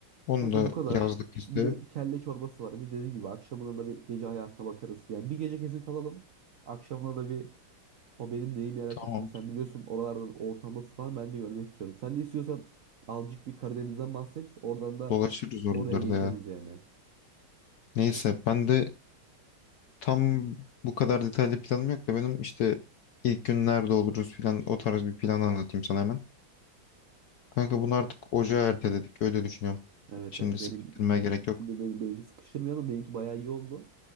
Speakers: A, on the left (about 70°); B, on the right (about 65°).
A: Onu
B: Kanka
A: da
B: bu kadar.
A: yazdık listeye.
B: Bir de kelle çorbası var. Bir de dediğim gibi akşamına da bir gece hayatına bakarız. Yani bir gece kesin kalalım. Akşamına da bir O benim neyi merak
A: Tamam.
B: ettiğimi sen biliyorsun. Oralardan ortam nasıl falan ben de görmek istiyorum. Sen de istiyorsan azıcık bir Karadeniz'den bahset. Oradan da
A: Dolaşırız oralarda
B: oraya geçeriz
A: ya.
B: yani.
A: Neyse ben de tam bu kadar detaylı planım yok da benim işte ilk gün nerede oluruz filan o tarz bir plan anlatayım sana hemen. Kanka bunu artık ocağa erteledik. Öyle düşünüyorum.
B: Evet
A: Şimdi
B: evet benim
A: sıkıştırmaya gerek
B: şimdi
A: yok.
B: benim, benimki sıkıştırmayalım. Benimki bayağı iyi oldu.